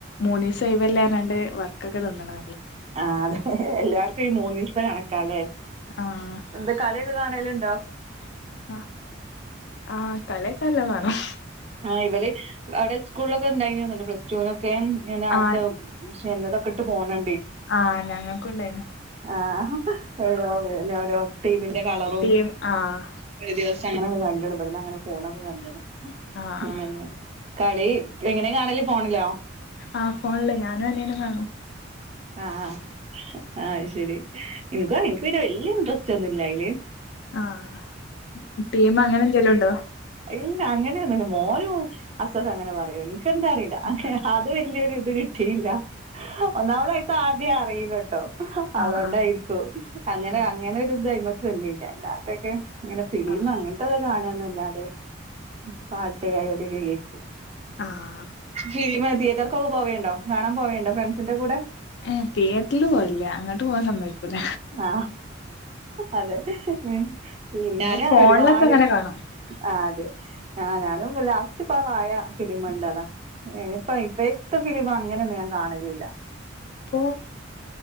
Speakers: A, on the left (about 60°); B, on the right (about 35°).
A: മൂന്ന <unintelligible> അല്ലാഞ്ഞാണ്ട് വർക്കൊക്കെ തോന്നണ്
B: ആഹ് അതെ എല്ലാർക്കും ഈ മൂന്നീസത്തെ കണക്കാല്ലേ
A: ആഹ്
B: എന്താ കളിയൊക്കെ കാണലും
A: ആഹ് ആഹ് <unintelligible> വേണം
B: ആഹ് ഇവല് അവിടെ സ്കൂളിലൊക്കെ ഉണ്ടായിനല്ലോ പ്ലസ് ടുവിന് പിന്നെ അത്
A: ആഹ്
B: പക്ഷെതൊക്കെ ഇട്ട് പോണ
A: ആഹ് ഞങ്ങൾക്കുണ്ടായിനു
B: ആഹ് ആഹ് ഓരോ <unintelligible> കളറും
A: ടീം ആഹ്
B: ഒരു ദിവസം അങ്ങനെയൊക്കെ കണ്ടാണ് ഇവിടുന്ന് അങ്ങനെ പോന്നൊക്കെ കണ്ട്ണ്
A: ആഹ് ആഹ്
B: ഉം കളി എങ്ങനെ കാണല് ഫോണിലോ
A: ആഹ് ഫോണില് ഞാനും അനിയനും കാണും
B: ആഹ് ആഹ് അത് ശരി എനക്ക് എനക്ക് വലിയ ഇൻട്രസ്റ്റ് ഒന്നുംല്ല അയില്
A: ആഹ് ആഹ് ടീമ് അങ്ങനെ എന്തെലും ഉണ്ടോ
B: ഇല്ല അങ്ങനൊന്നുല്ല മോനും അസുഖം അങ്ങനെ പറയും എനക്കെന്താ അറിയില്ല
A: ആഹ്
B: അത് വലിയൊരു ണിട്ടിയില്ല ഒന്നാമതായിത്ത് ആദ്യം അറിയില്ലട്ടോ
A: ആഹ്
B: അതൊണ്ടായിരിക്കും
A: ആഹ്
B: അങ്ങനെ
A: ആഹ്
B: അങ്ങനെ ഒരു ദൈമക്ക് വന്നീല്ലട്ട <unintelligible> ഇങ്ങനെ ഫിലിം
A: ആഹ്
B: അങ്ങനത്തെക്കെ കാണുക എന്നല്ലാതെ പാട്ട് അതൊക്കെ കേക്കൂ
A: ആഹ
B: ഫിലിം തിയറ്റർക്കൊക്കെ പോവേണ്ടോ കാണാൻ പോവേണ്ടോ ഫ്രണ്ട്സിന്റെ കൂടെ
A: ഏ തിയേറ്ററില് പോവില്ല അങ്ങോട്ട് പോവാൻ സമ്മയികൂല
B: ആ അതെ ഉം പിന്നാലെ
A: അല്ലാതെ
B: അവൻ
A: ഫോണിലൊക്കെ
B: ഒരുപാട്-
A: അങ്ങനെ കാണും
B: ആ അതെ ആ ഞാനും ലാസ്റ്റ് പാ <unintelligible> വായ ഫിലിം ഇണ്ട് അതാ ഉണ്ടതാ <unintelligible> പ്പ ഇപ്പ ഇപ്പം ഫിലിം അങ്ങനൊന്നും ഞാൻ കാണല് -
A: ഇപ്പോ